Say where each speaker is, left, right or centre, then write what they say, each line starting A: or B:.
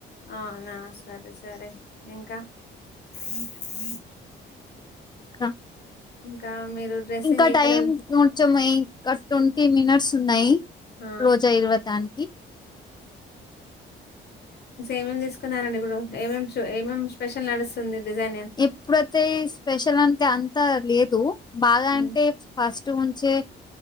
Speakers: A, on the left (about 55°); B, on the left (about 20°).
A: అవునా సరే సరే ఇంకా హ హ
B: క
A: ఇంకా మీరు డ్రెస్సింగ్
B: ఇంకా
A: ఏ
B: టైమ్
A: కలర్
B: కొంచం ఇంకా ట్వంటీ మినిట్స్ ఉన్నాయి
A: ఆ
B: రోజా ఇరవతానికి
A: ఏమేం తీసుకున్నారండి ఇప్పుడు ఏమేం ఏమేం స్పెషల్ నడుస్తుంది డిజైన్
B: ఎప్పుడైతే స్పెషల్ అంటే అంతా లేదు బాగా
A: ఉమ్.
B: అంటే ఫస్ట్ <unintelligible>